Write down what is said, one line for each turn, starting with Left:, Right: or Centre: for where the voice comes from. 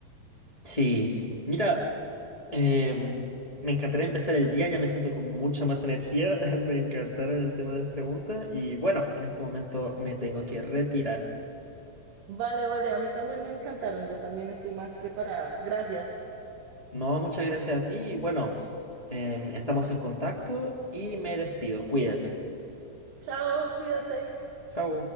Left: Sí, mira, em, me encantaría empezar el día, ya me siento con mucha más energía, <laughs> me encantaron el tema de las preguntas y bueno, en este momento me tengo que retirar.
Right: Vale, vale, a mí también me encantaron. Yo también estoy más preparada. Gracias.
Left: No, muchas gracias a ti y bueno, em, estamos en contacto y me despido, cuídate.
Right: Chao, cuídate.
Left: Chao.